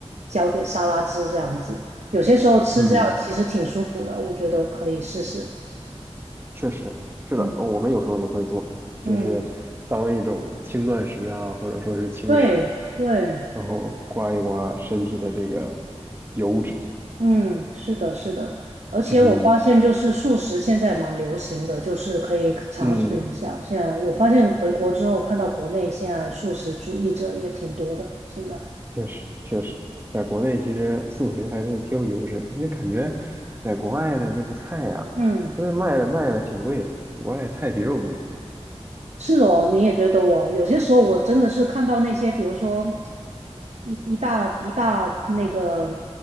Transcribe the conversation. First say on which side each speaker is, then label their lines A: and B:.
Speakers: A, on the right; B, on the right.
A: 浇点沙拉汁这样子。有些时候吃这样其实挺舒服的，
B: 嗯，
A: 我觉得可以试试。
B: 确实是的，
A: 嗯
B: 我们有时候也会做，就是当一种轻断食啊，
A: 嗯，
B: 或者说是轻食，
A: 对对。
B: 然后刮一刮身体的这个油脂。
A: 嗯，是的，是的，而且我发现就是素食现在蛮流行的，
B: 嗯
A: 就是可以尝试一下。
B: 嗯，
A: 现在我发现回国之后，看到国内现在素食主义者也挺多的，现在。
B: 确实确实，在国内其实素食还是挺有优势的，因为感觉在国外的这个菜呀、
A: 嗯。
B: 它那卖的卖的挺贵的，国外菜比肉贵
A: 是哦，你也觉得哦，有些时候我真的是看到那些，比如说一一大一大那个